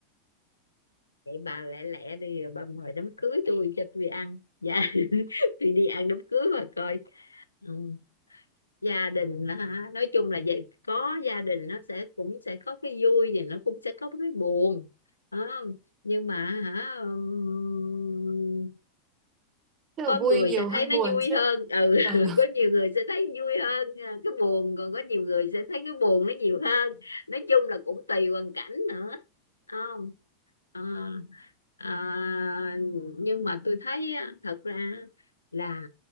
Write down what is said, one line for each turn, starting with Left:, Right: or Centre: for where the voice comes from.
Left: vậy bà lẹ lẹ đi rồi bà mời đám cưới tôi cho tôi ăn dạ <laughs> tôi đi ăn đám cưới mà coi ừ. gia đình đó hả nói chung là vậy có gia đình nó sẽ cũng sẽ có cái vui và nó cũng sẽ có cái buồn Đó. nhưng mà hả ừm,
Right: tức là
Left: có
Right: vui
Left: người
Right: nhiều
Left: sẽ
Right: hơn
Left: thấy nó
Right: buồn
Left: vui
Right: chứ
Left: hơn ừ
Right: ờ,
Left: <laughs> có nhiều người sẽ thấy vui hơn à, cái buồn còn có nhiều người sẽ thấy cái buồn nó nhiều hơn nói chung là cũng tùy hoàn cảnh nữa không à, à, nhưng mà tôi thấy á, thật ra là